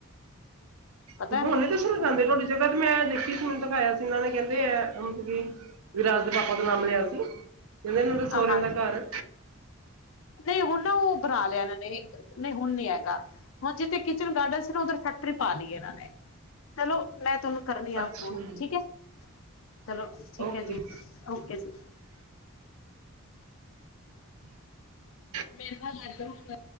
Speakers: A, on the left; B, on the right.
A: ਪਤਾ
B: ਤੇ ਹੁਣ ਦੱਸ ਲਗਾਉਂਦੇ ਤੁਹਾਡੀ ਜਗ੍ਹਾ ਤੇ ਮੈਂ ਦੇਖੀ ਸੀੈਣ ਤਾਂ ਖਾਇਆ ਸੀ ਇਹਨਾਂ ਨੇ ਕਹਿੰਦੇ ਹੈ ਅਮਤ ਕੀ ਵੀਰਾਜ ਦੇ ਭਪ ਤੋਂ ਨਾਮ ਲਿਆ ਸੀ ਨ ਸੋਰੇਦਾ
A: ਹਾਂਜੀ
B: ਕਾਰ
A: ਨਹੀਂ ਹੁਣ ਨਾ ਉਹ ਬਣਾ ਲਿਆ ਨਹੀਂ ਨਹੀਂ ਹੁਣ ਨਹੀ ਹੈਗਾ ਹ ਜੇ ਤੇ ਕਿਚਨ ਗਾਰਡਨ ਉਧਰ ਫੈਕਟਰੀ ਪਾ ਲਈ ਇਹਨਾਂ ਨੇ ਚਲੋ ਮੈਂ ਤੁਹਾਨੂੰ ਕਰਨੀ ਆ
B: ਅੱਛਾ
A: ਫੋਨ ਠੀਕ ਹੈ ਚਲੋ ਠੀਕ
B: ਓਕੇ
A: ਹੈ ਜੀ ਓਕੇ ਜੀ
B: <inaudible>
A: ਮੇ ਨਾਲ ਲੱਦਾ